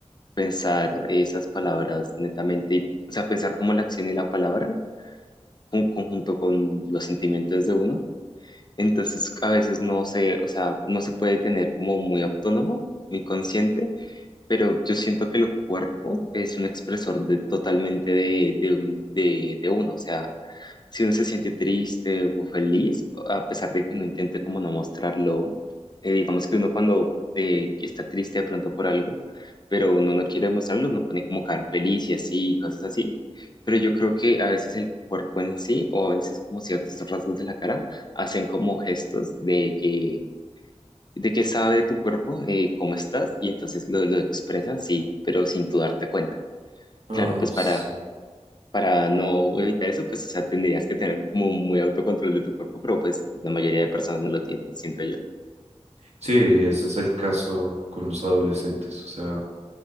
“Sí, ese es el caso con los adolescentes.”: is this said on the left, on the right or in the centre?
Right